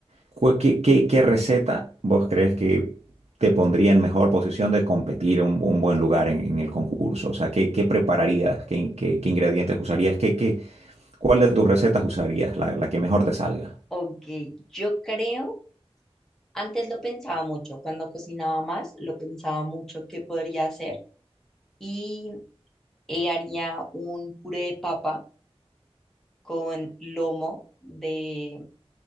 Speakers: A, on the right; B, in the centre.
A: ¿Cu- ¿Qué, qué- qué receta vos crees que te pondría en mejor posición de competir un, un buen lugar en, en el concurso? O sea, ¿qué, qué prepararías? ¿Qué, in- qué- qué ingredientes usarías? ¿Qué, qué, ¿Cuál de tus recetas usarías? La, la que mejor te salga.
B: Ok, yo creo, antes lo pensaba mucho, cuando cocinaba más, lo pensaba mucho que podría hacer y eh, haría un puré de papa con lomo de,